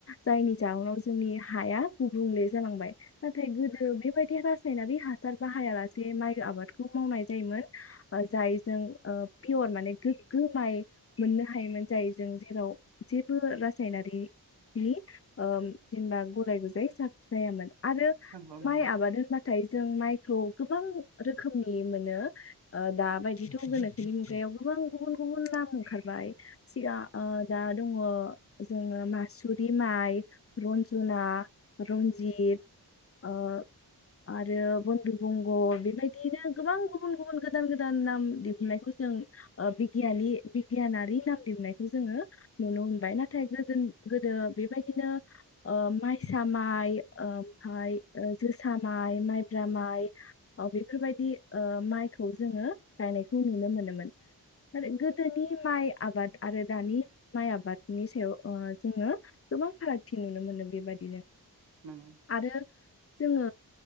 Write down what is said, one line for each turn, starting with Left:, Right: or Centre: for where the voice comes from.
Left: जायनि जाहोनाव जोंनि हा गुबुंले जालांबाय नाथाय गोदो बेबायदि रास रासायनारि हासार बाहायालासे माइ आबादखौ मावनाय जायोमोन जायजों ओ पियर माने गोग्गो माइ मोननो हायोमोन जायजों जेराव जेबो रासायनारि नि ओ जेनेबा गुलाय गुजाय साब जायामोन। आरो
Right: नंगौ
Left: माइ
Right: नंगौ
Left: आबाद होनबाथाय जों माइ थ' गोबां रोखोमनि मोनो ओ दाबायदिथ' गोनोखोनि मुगायाव गोबां गुबुन गुबुन नाम ओंखारबाय सिगां ओ दा दङ जोङो मासुरि माइ रन्जना रन्जित ओ आरो बन्धु बंग' बेबायदिनो गोबां गुबुन गुबुन गोदान गोदान नाम दिहुननायखौ जों ओ बिगियनि बिगियानारि नाम दिहुननायखौ जोङो नुनो मोनबाय नाथाय गोजोन गोदो बेबायदिनो ओ माइ जोसा माइ ओमफ्राय जोसा माइ, माइब्रा माइ ओव बेफोरबायदि ओ माइ खौ जोङो गायनायखौ नुनो मोनोमोन नाथाय गोदोनि माइ आबाद आरो दानि माइ आबादनि सायाव ओ जोङो गोबां फारागथि नुनो मोनो बेबादिनो
Right: नंगौ
Left: आरो जोङो